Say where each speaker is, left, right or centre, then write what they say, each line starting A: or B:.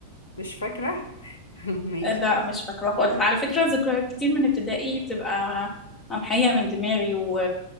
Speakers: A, on the left (about 70°); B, on the left (about 25°).
A: مش فاكرة؟ <laughs> ماشي
B: لا مش فاكرة خالص على فكرة ذكريات كتير من ابتدائي بتبقى ممحية من دماغي و...